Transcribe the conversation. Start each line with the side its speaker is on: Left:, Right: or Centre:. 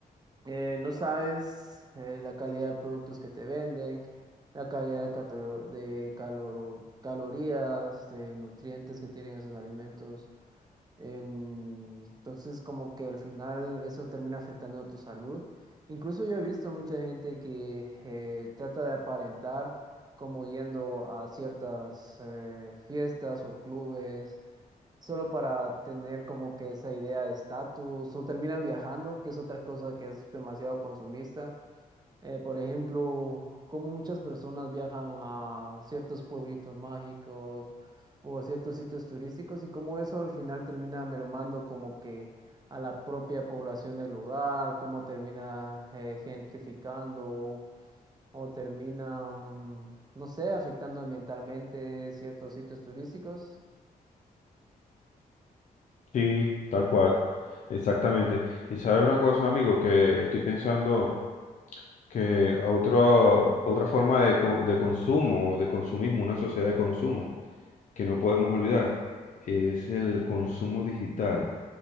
Right: eh, no sabes eh, la calidad de productos que te venden, la calidad de, cato- de calo- calorías, de nutrientes que tienen esos alimentos. Em, entonces, como que al final eso termina afectando a tu salud. Incluso yo he visto mucha gente que eh, trata de aparentar como yendo a ciertas eh, fiestas o clubes solo para tener como que esa idea de estatus, o terminan viajando, que es otra cosa que es demasiado consumista. Eh, por ejemplo, como muchas personas viajan a ciertos pueblitos mágicos o a ciertos sitios turísticos y cómo eso al final termina mermando como que a la propia población del lugar, cómo termina eh, gentrificando o termina, mm, no sé, afectando ambientalmente ciertos sitios turísticos.
Left: Sí, tal cual, exactamente. Y sabes una cosa, amigo, que estoy pensando que otro, otra forma de, co- de consumo, de consumismo, una sociedad de consumo que no podemos olvidar, es el consumo digital.